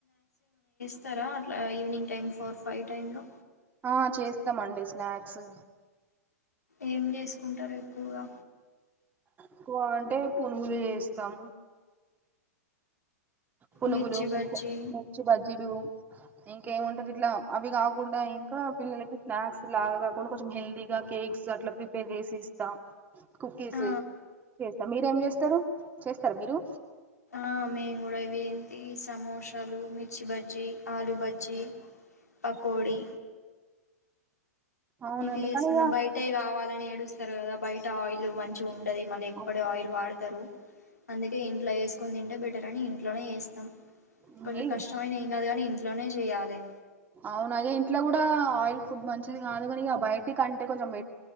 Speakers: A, on the left; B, on the right.
A: వస్తారా అట్లా evening time four five time లో.
B: ఆ చేస్తామండి స్నాక్సు.
A: ఏం చేసుకుంటారు ఎక్కువగా.
B: క్కువా అంటే. పునుగులు చేస్తం. పులుగులూ,
A: మిర్చి
B: మిర్చ్
A: బజ్జీ
B: మిర్చీ బజ్జీలూ. ఇంకాముంటది ఇట్లా, అవి కాకుండా ఇంకా పిల్లలకి స్నాక్స్ లాగా కాకుండా కొంచెం హెల్దీగా కేక్స్ అట్లా ప్రిపేర్ చేసి ఇస్తాం. కుక్కీస
A: ఆ
B: చేస్తా మీరేం చేస్తారు. చేస్తారా మీరు.
A: ఆ మేము కూడా ఇవి ఏంటీ సమోశాలు, మిర్చి బజ్జీ, ఆలు బజ్జీ. పకోడీ
B: ఉమ్, అవునండి
A: ఇవి వేసుకుంటమ్
B: కానీ ఇగ
A: బయటే కావాలని నీ ఏడుస్తారు కదా బయట ఆయిల్ మంచి ఉ అది మళ్ళీ ఎప్పుడ
B: అవును
A: ఆయిల్ వాడతారు అందుకే ఇంట్లో వేస్ కొదింటే బెటర్ అని ఇంట్లోనే ఏస్తాం
B: ఉమ్
A: కొంచెం
B: ఏ
A: కష్టమైంది ఏం కాదు కానీ ఇంట్లోనే జె చేయాలే
B: అవునగే ఇంట్లో కూడా ఆయిల్ ఫుడ్ మంచిది కాదుకని బయటికి అంటే కొంచెంట్